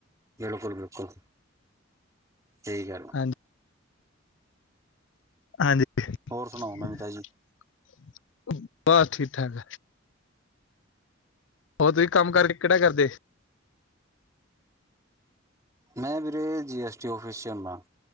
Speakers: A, on the right; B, on the left.
A: ਬਿਲਕੁਲ, ਬਿਲਕੁਲ ਸਈ ਕੈ ਰੇ ਓ।
B: ਹਾਂਜੀ ਹਾਂਜੀ
A: ਹੋਰ ਸੁਣਾਓ
B: <unintelligible>
A: ਨਵੀਤਾ ਜੀ
B: ਬਸ, ਠੀਕ- ਠਾਕ, ਹੋਰ ਤੁਸੀਂ ਕੰਮ ਕਰਕੇ ਕਿਹੜਾ ਕਰਦੇ?
A: ਮੈਂ ਵੀਰੇ, ਜੀ ਐਸ ਟੀ ਔਫਿਸ ਚ ਹੋਨਾ।